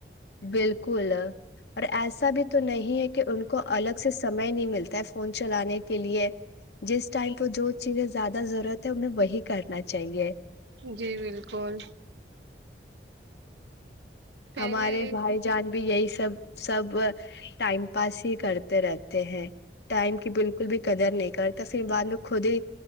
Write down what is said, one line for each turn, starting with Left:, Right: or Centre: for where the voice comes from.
Left: بالکل اور ایسا بھی تو نہیں ہے کہ ان کو الگ سے سمئے نہیں ملتا ہے فون چلانے کے لیے جس ٹائم پ جو چیزیں زیاد ضرورت ہے انہیں وہی کرنا چاہیے
Right: جی بالکل پہلے
Left: ہمارے بھائی جان بھی یہی سب سب ٹائم پاس ہی کرتے رہتے ہیں ٹائم کی بالکل بھی قدر نہیں کرتا پھر بعد میں خود ہی